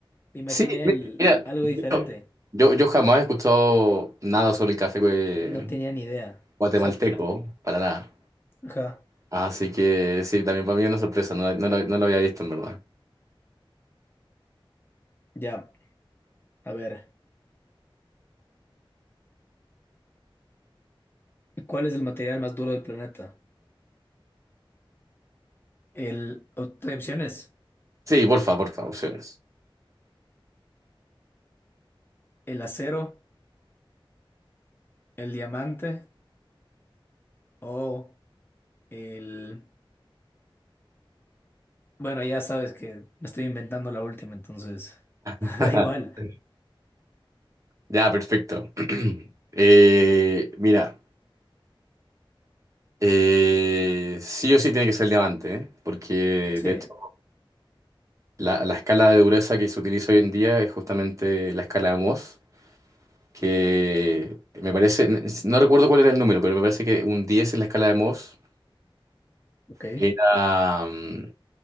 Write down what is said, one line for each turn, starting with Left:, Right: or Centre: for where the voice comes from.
Left: Me imaginé
Right: sí, mira,
Left: el...
Right: mira,
Left: algo
Right: de
Left: diferente.
Right: hecho, yo, yo jamás he escuchado nada sobre el café eh,
Left: No tenía ni idea.
Right: guatemalteco,
Left: Exacto.
Right: para nada.
Left: Ajá.
Right: Así que sí, también para mí es una sorpresa, no, no lo, no lo había visto en verdad.
Left: Ya. A ver. ¿Cuál es el material más duro del planeta? El, o- hay opciones,
Right: Sí, porfa, porfa, opciones.
Left: el acero, el diamante o el... Bueno, ya sabes que me estoy inventando la última, entonces <laughs>
Right: <laughs>
Left: da igual.
Right: Ya, perfecto. <clears throat> Eh, mira, eh, sí o sí tiene que ser diamante, ¿eh? Porque
Left: Sí,
Right: de hecho la, la escala de dureza que se utiliza hoy en día es justamente la escala de Mohs, que me parece, no recuerdo cuál era el número, pero me parece que un 10 en la escala de Mohs
Left: ok.
Right: era, mm,